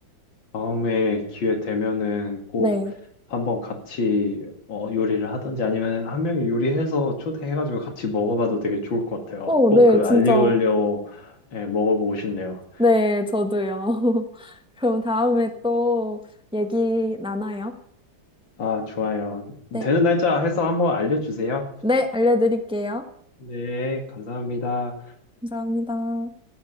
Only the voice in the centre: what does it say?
네.
어,
네,
진짜.
네, 저도요. <laughs> 그럼 다음에 또 얘기 나눠요.
네.
네, 알려드릴게요.
감사합니다.